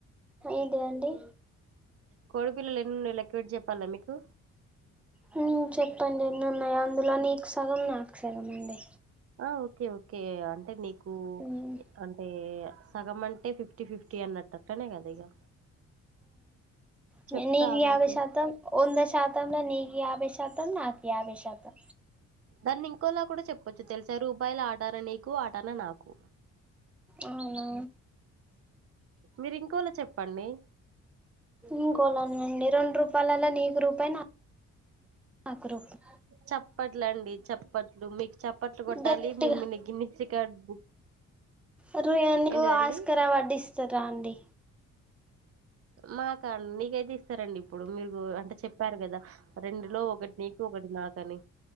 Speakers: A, in the centre; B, on the right (about 50°).
A: ఇది అండి
B: కోడి పిల్లలు ఎనున్నాయో లెక్క పెట్టి చెప్పాల్నా మీకు
A: హ్మ్ చెప్పండి ఎన్ని ఉన్నాయి అందులో నీకు సగం నాకు సగం అండి
B: ఆ ఓకే ఓకే అంటే నీకు
A: ఉమ్
B: అంటే సగంమంటే అంటే ఫిఫ్టీ ఫిఫ్టీ అన్నట్టే కదా
A: ఉమ్ <unintelligible>
B: చెప్తా ఆగైతే.
A: యాభై శాతం వంద శాతంలో నీకు యాభై శాతం నాకు యాభై శాతం
B: దాన్ని ఇంకోలా కూడా చెప్పొచ్చు తెలుసా రూపాయల ఆటనా నీకు ఆటనా నాకు
A: అవునా
B: మీరు ఇంకోలా చెప్పండి
A: ఇంకోలానా అండీ రెండు రూపాయలలో నీకు రూపాయి నా నాకు రూపాయి
B: చప్పట్లండి చప్పట్లు మీకు చప్పట్లు కొట్టాలి
A: గట్టిగా
B: మిమ్మల్నిని గిన్నిస్ రికార్డు బుక్
A: అరే ఎందుకు
B: ఏంటిదండి?
A: ఆస్కార్ అవార్డ్ ఇస్తారా అండి
B: మాకా నీకైతే ఇస్తారండి ఇప్పుడు మీరు అంటే చెప్పారు కదా రెండులో ఒకటి నీకు ఒకటి నా కని